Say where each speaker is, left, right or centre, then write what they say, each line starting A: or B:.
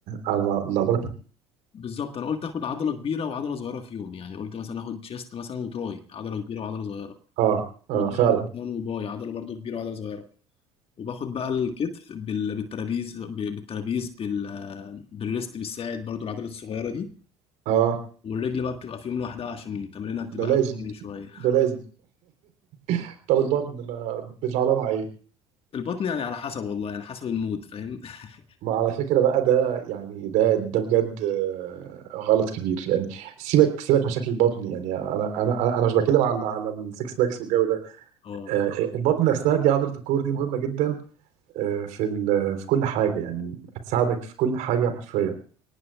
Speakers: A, on the right; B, on the left.
A: على العضلات
B: بالظبط انا قلت اخد عضله كبيره وعضله صغيره في يوم يعني قلت مثلا اخد شيست مثلا وتراي عضله كبيره وعضله صغيره
A: اه اه
B: وظهر
A: فعلا
B: مثلا وباي عضله برضو كبيره وعضله صغيره وباخد بقى الكتف بال- بالترابيز ب- بالترابيز بال- بالريست بالساعد برضو العضله الصغيره دي
A: اه
B: والرجل بقى بتبقى في يوم لوحدها عشان تمرينها بتبقى
A: ده لازم
B: خفيف شويه
A: ده لازم <laughs> طب البطن ما بتلعبها مع ايه؟
B: البطن يعني على حسب والله يعني حسب المود فاهم <laughs>
A: ما على فكرة بقى ده يعني ده ده بجد آه، غلط كبير يعني سيبك سيبك من شكل البطن يعني انا انا انا أنا مش بتكلم على على السكس باكس والجو ده
B: اه
A: آه، آه، البطن نفسها دي عضلة الكور دي مهمة جدا آه، في ال- في كل حاجة يعني هتساعدك في كل حاجة حرفيا